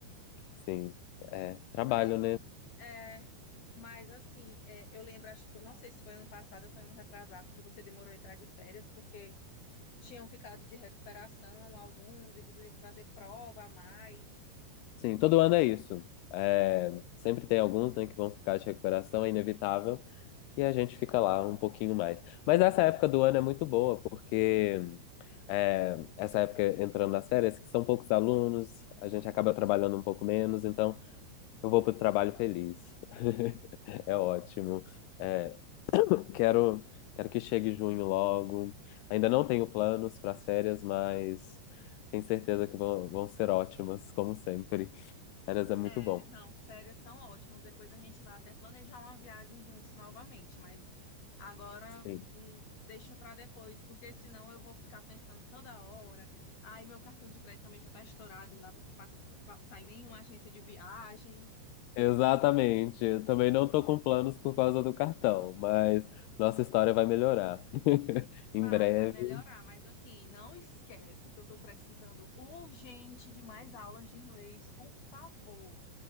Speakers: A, on the left; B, on the left.
A: Sim, é, trabalho,
B: Mas,
A: né?
B: é, mas assim, é, eu lembro, acho que foi, não sei se foi ano passado ou foi ano retrasado que você demorou a entrar de férias, porque tinham ficado de recuperação alguns e você teve que fazer prova a mais.
A: Sim, todo ano é isso. É, sempre tem alguns, né, que vão ficar de recuperação, é inevitável, e a gente fica lá um pouquinho mais. Mas essa época do ano é muito boa, porque é, essa época entrando nas férias, que são poucos alunos, a gente acaba trabalhando um pouco menos, então eu vou pro trabalho feliz. <laughs> É ótimo. É, Quero, quero que chegue junho logo. Ainda não tenho planos para as férias, mas tenho certeza que vão, vão ser ótimas, como sempre. Férias é muito
B: É,
A: bom.
B: não, férias são ótimas. Depois a gente vai até planejar uma viagem juntos novamente, mas agora
A: Sim.
B: hum, deixa para depois, porque senão eu vou ficar pensando toda hora. Aí meu cartão de crédito também já tá estourado, não dá para passar em nenhuma agência de viagem.
A: Exatamente. Eu também não tô com planos por causa do cartão, mas nossa história vai melhorar. <laughs> Em
B: Vai,
A: breve.
B: vai melhorar, mas assim, não esquece que eu tô precisando urgente de mais aulas de inglês, por favor.